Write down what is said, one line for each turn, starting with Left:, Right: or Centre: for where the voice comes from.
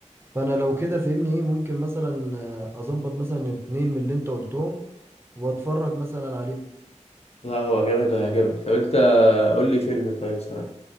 Right: فانا لو كده فهمني ايه ممكن مثلا آه، اظبط مثلا اتنين من اللي انت قلتهم واتفرج مثلا عليه
Left: لا هو جامد وهيعجبك طب انت قول لي فيلم طيب س-